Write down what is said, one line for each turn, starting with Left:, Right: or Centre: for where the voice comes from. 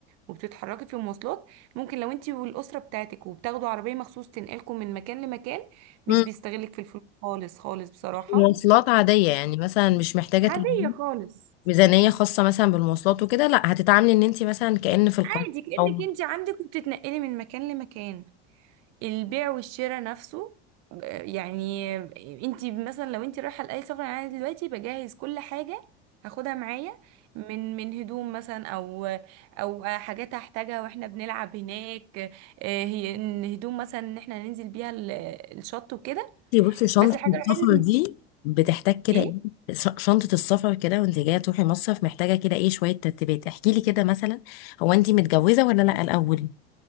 Right: وبتتحركي في المواصلات ممكن لو انت والاسره بتاعتك وبتاخدوا عربيه مخصوص تنقلكم من مكان لمكان مش
Left: مم.
Right: بيستغلك في الفلوس خالص خالص بصراحه
Left: مواصلات عاديه يعني مثلا مش محتاجه تجيبي
Right: عاديه خالص
Left: ميزانيه خاصه مثلا بالمواصلات وكده لا هتتعاملي ان انت مثلا كأن في القاهره
Right: عادي كانك
Left: او
Right: انت عندك وبتتنقلي من مكان لمكان البيع والشراء نفسه ب- يعني انت مثلا لو انت رايحه لاي سفر يعني انا دلوقتي بجهز كل حاجه هاخدها معايا من من هدوم مثلا او او حاجات هحتاجها واحنا بنلعب هناك اه، هي ان هدوم مثلا ان احنا ننزل بيها ال- الشط وكده
Left: بصي بصي شنطة
Right: بس الحاجه
Left: السفر
Right: الوحيده اللي-
Left: دي بتحتاج كده
Right: ايه
Left: ايه ش- شنطة السفر كده وانت جاية تروحي مصيف محتاجة كده ايه شوية ترتيبات احكي لي كده مثلا هو انت متجوزة ولا لا الأول